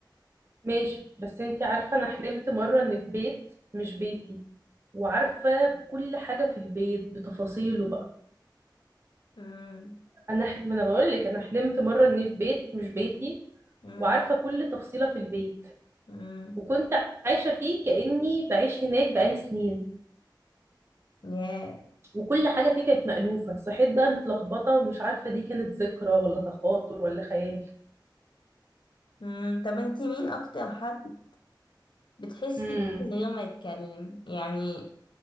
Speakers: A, on the right (about 30°); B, on the left (about 75°).
A: ماشي بس انتي عارفة انا حلمت مرة ان في بيت مش بيتي وعارفة كل حاجة في البيت بتفاصيله بقى
B: مم.
A: انا ح... ما انا بقول لك انا حلمت مرة اني في بيت مش بيتي
B: مم.
A: وعارفة كل تفصيلة في البيت
B: مم.
A: وكنت عايشة فيه كأني بعيش هناك بقالي سنين
B: ياه
A: وكل حاجة فيه كانت مألوفة صحيت بقى متلخبطة ومش عارفة دي كانت ذكرى ولا تخاطر ولا خيال
B: مم. طب انتي مين اكتر حد بتحسي
A: امم
B: بيه من غير ما يتكلم يعني